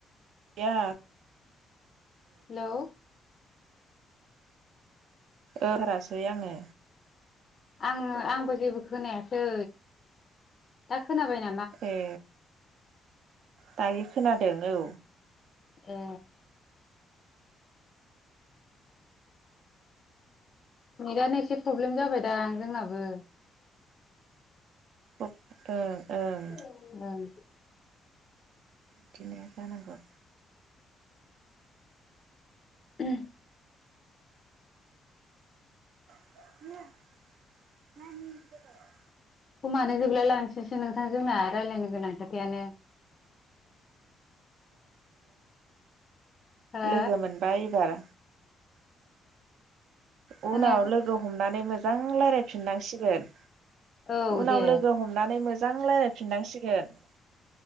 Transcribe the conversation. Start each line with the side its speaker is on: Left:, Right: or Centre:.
Right: गैया
Left: हेलौ
Right: ओहारासै आङो
Left: आङो आंबो जेबो खोनायासै दा खोनाबाय
Right: ए दायो खोनादों औ
Left: ए नेरानो एसे प्रब्लेम जाबायदां जोंनाबो
Right: ओं ओं
Left: ओं
Right: बिदिनो जानांगौ
Left: उम
Right: <inaudible>
Left: समानो जोबलायलांसैसै नोंथां जोंना रायज्लायनो गोनां खोथायानो हो
Right: लोगो मोनबा एबार उनाव
Left: खोनायाखै
Right: लोगो हमनानै मोजां रायजलायफिननांसिगोन
Left: औ
Right: उनाव
Left: दे
Right: लोगो हमनानै मोजां रायलायफिननांसिगोन